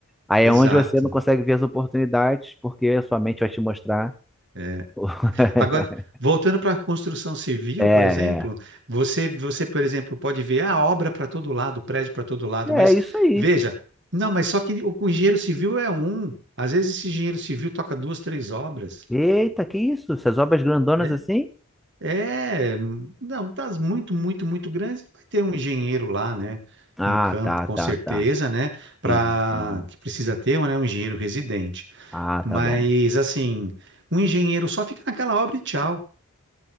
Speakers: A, in the centre; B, on the right.
A: Aí
B: exato.
A: é onde você não consegue ver as oportunidades, porque a sua mente vai te mostrar.
B: é.
A: <laughs>
B: Agora, voltando para a construção civil,
A: É, é.
B: por exemplo, você, você, por exemplo, pode ver a obra para todo lado, prédio para todo lado,
A: É
B: mas
A: isso aí.
B: veja, não, mas só que o, o engenheiro civil é um. Às vezes esse engenheiro civil toca duas, três obras,
A: Eita, que isso? Essas obras grandonas
B: né?
A: assim?
B: É, não, das muito, muito, muito grandes, vai ter um engenheiro lá, né?
A: Ah,
B: Em campo,
A: tá,
B: com
A: tá,
B: certeza,
A: tá.
B: né? Para
A: Entendi, entendi.
B: que precisa ter, né? Um engenheiro residente.
A: Ah, tá
B: Mas
A: bom.
B: assim, um engenheiro só fica naquela obra e tchau.